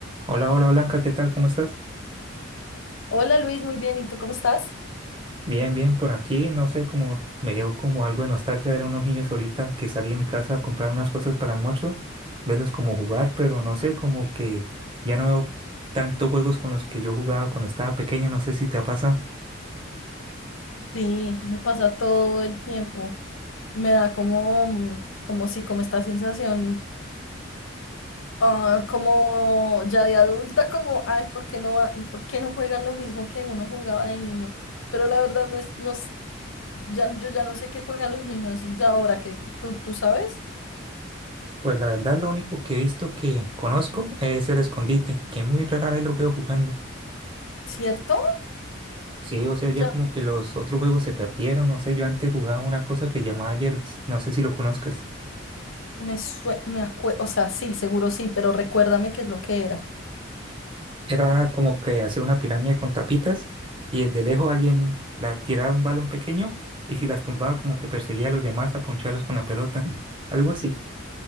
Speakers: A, on the right; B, on the left.
A: Hola, hola Blanca, ¿qué tal? ¿Cómo estás?
B: Hola Luis, muy bien. ¿Y tú cómo estás?
A: Bien, bien, por aquí, no sé, como me dio como algo de nostalgia ver a unos niños ahorita que salí de mi casa a comprar unas cosas para el almuerzo, verlos como jugar, pero no sé, como que ya no veo tantos juegos con los que yo jugaba cuando estaba pequeño, no sé si te ha pasado.
B: Sí, me pasa todo el tiempo. Me da como, mm, como sí, como esta sensación, ah, como ya de adulta, como, ay, ¿por qué no, va- por qué no juegan lo mismo que uno jugaba de niño? Pero la verdad no es, no es- ya, yo ya no sé qué juegan los niños de ahora, que tú, tú sabes,
A: Pues la verdad, lo único que he visto que conozco es el escondite, que muy rara vez lo veo jugando.
B: ¿cierto?
A: Sí, o sea, ya
B: Ya
A: como que los otros juegos se perdieron, no sé, yo antes jugaba una cosa que llamaba Jervis, no sé si lo conozcas.
B: me sue- me acue- o sea, sí, seguro sí, pero recuérdame qué es lo que era.
A: Era como que hacer una pirámide con tapitas y desde lejos alguien la tiraba un balón pequeño y si las tumbaba como que perseguía a los demás a poncharlos con la pelota. Algo así.